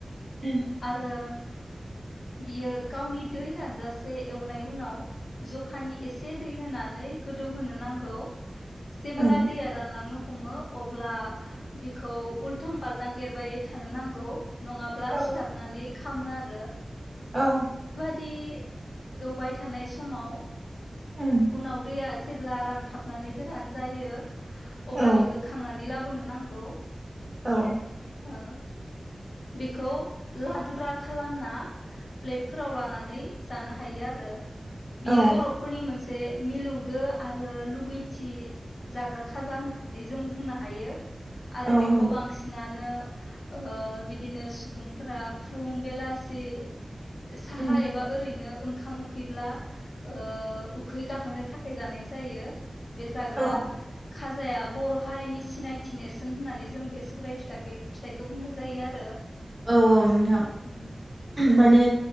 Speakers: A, on the right; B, on the left.
A: उम
B: आरो बियो गावनि दै रानजासे एवनाय उनाव जखानि एसे दै होनानै गोदौहोनो नांगौ। जेबोला
A: उम
B: दैया रानलांङो हमो अब्ला बिखौ उल्थां फाल्थां एरबाय थानो नांगौ। नङाब्ला
A: औ
B: सिथाबनानै खामो आरो
A: औ
B: बिदि एवबाय थानाय समाव
A: उम
B: उनाव दैया जेब्ला रानथाबनानै गोरान जायो। अब्ला
A: औ
B: बेखौ खांनानै लाबो बोनो नांगौ
A: औ
B: ओ बेखौ लादुरा खालामना प्लेटफोराव लानानै जानो हायो आरो बियो
A: औ
B: बर' नि मोनसे मिलौदो आरो लुगैथि जाग्रा खाजा होननानै जों बुंनो हायो। आरो
A: औ
B: बेखौ
A: हायो
B: बांसिनानो ओ बिदिनो सुबुंफोरा फुं बेलासि साहा
A: उम
B: एबा ओरैनो ओंखाम उखैब्ला ओ उखै गाहोनो थाखाय जानाय जायो बे जाग्रा
A: औ औ
B: खाजाया बर' हारिनि सिनायथि नेरसोन होननानै जों बे सौराय फिथा फिथाइखौ बुंनाय जायो आरो।
A: औ औ नोंथां
B: उम औ
A: माने